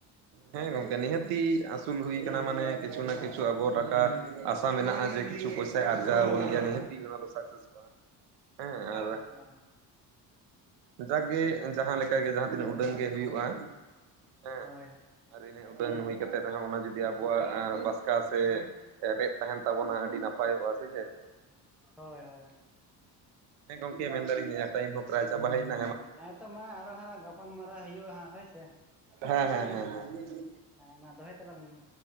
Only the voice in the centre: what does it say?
ᱦᱳᱭ
ᱦᱳᱭ
ᱦᱚᱭ ᱦᱚᱭ
ᱦᱮᱸᱛᱚ ᱢᱟ ᱟᱨᱚ ᱦᱟᱸᱜ ᱜᱟᱯᱟᱞ ᱢᱟᱨᱟᱣ ᱦᱩᱭᱩᱜᱼᱟ ᱦᱟᱸᱜ ᱦᱳᱭ ᱥᱮ
ᱦᱮᱸ ᱢᱟ ᱫᱚᱦᱚᱭ ᱛᱟᱞᱟᱝ ᱢᱮ ᱢᱟ